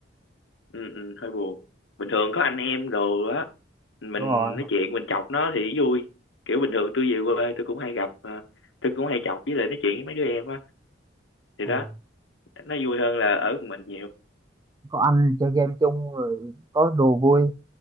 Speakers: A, on the left; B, on the right.
A: ừ, ừ, hơi buồn bình thường có anh em đồ á mình
B: đúng rồi
A: nói chuyện mình chọc nó thì vui kiểu bình thường tôi về quê tôi cũng hay gặp ờ, tôi cũng hay chọc với lại nói chuyện với mấy đứa em á thì
B: Ờ.
A: đó nó vui hơn là ở một mình nhiều
B: có ăn chơi game chung rồi có đồ vui